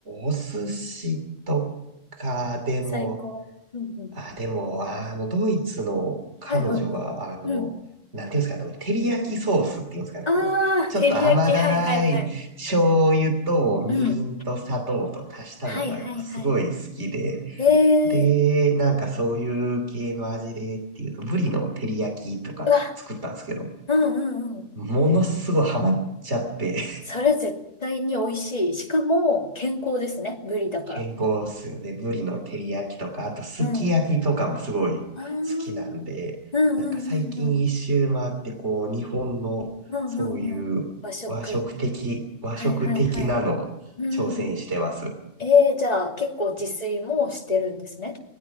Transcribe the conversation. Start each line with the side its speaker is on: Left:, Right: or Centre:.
Right: お寿司とかでも
Left: 最高。うんうん。
Right: あ、でも、あの、ドイツの彼女が、
Left: はいはいはい。
Right: あの、
Left: うん。
Right: なんていうんですかね、あの照り焼きソースっていうんですかね、
Left: ああ、
Right: あの、ちょっと甘辛い醤油とみりんと砂糖と足したのがすごい好きで、
Left: 照り焼き。はいはいはい。うん。はいはいはい。ええ
Right: で、なんかそういう系の味でっていうと、ブリの照り焼きとか作ったんですけど、
Left: ー。うわ。うんうん
Right: ものすごいハマっちゃって、
Left: それ絶対に美味しい。しかも、健康ですね。ブリだから。
Right: 健康っすよね。ブリの照り焼きとか、あとすき焼きとかもすごい好
Left: うん。ああ、うん
Right: きなんで、
Left: うんうんうん。
Right: なんか最近一周回ってこう、日本のそういう和食的、
Left: うんうんうん。和食。
Right: 和食的なのを挑戦してます。
Left: はいはいはい。うん。えー、じゃあ結構自炊もしてるんですね。